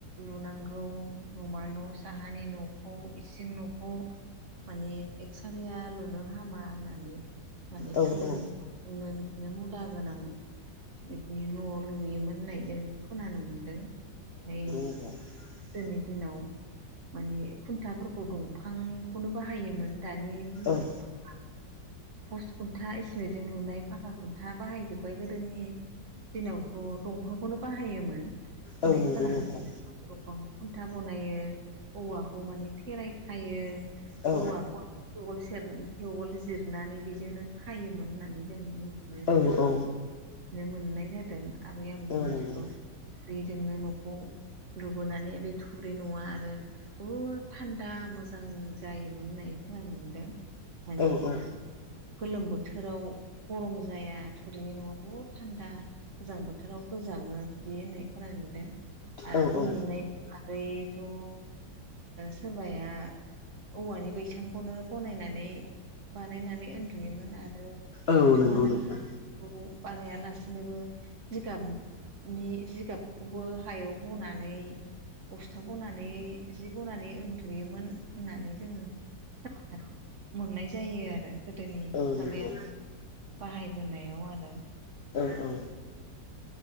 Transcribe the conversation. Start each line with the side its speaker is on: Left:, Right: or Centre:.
Right: लुनांगौ नमा न' साहानि न'खौ इसिं न'खौ। माने एकसालिया लुनो हामा होननानै माने
Left: औ
Right: थुरिनि
Left: औ
Right: न' नो बिदिनो मुदा गोनां बिदि न' लुयोमोन होननाय जों खोनानो मोन दों ओमफ्राय
Left: <inaudible>
Right: गोदोनि दिनाव माने खुन्थाफोरखौ दंफांखौनो बाहायोमोन। दानि दिनावथ'
Left: औ
Right: पस खुन्था इसिमेन्टजों लुनाय फाखा खुन्था बाहायजोबबाय गोदोनि दिनावथ' दंफांखौनो बाहायोमोन होननाय
Left: औ नंगौ
Right: खोनानो
Left: नोंथां
Right: दंफांखौ खुन्था बनायो औवाखौ माने फेराय खायो।
Left: औ
Right: औवाखौ थेवल सेर थेवल जिरनानै बेजोंनो खायोमोन होननानै जों मो बिदिनो मोनथिनो
Left: औ औ
Right: मोननाय जादों आबै आबौमोननि
Left: औ नंगौ
Right: जुगाव। बेजोंनो न'खौ लुबोनानै बे थुरि न'आ आरो बहुद थान्दा मोजां जायोमोन होननाय खोनानो मोनदों। माने
Left: औ औ
Right: गोलोम बोथोराव गरम जाया थुरिनि न'आ बुहुद थान्दा। गोजां बोथोराव गोजाङो बिदि होननाय खोनानो मोन्दों। आरो
Left: औ
Right: उन्दुनाय
Left: औ
Right: बागैथ' ओ सोरबाया औवानि बैसांखौनो बनायनानै बानायनानै उन्दुयोमोन आरो खिसुमाना
Left: औ नंगौ नोंथां
Right: खौ बानाया लासिनोबो जिगाबनि जिगाबखौबो हायाव बनानै बस्था बनानै जि बनानै उन्दुयोमोन होननानै जोङो औ मोननाय जायो आरो गोदोनि
Left: औ नंगौ
Right: आबै आबौ बाहायबोनायाव आरो
Left: औ औ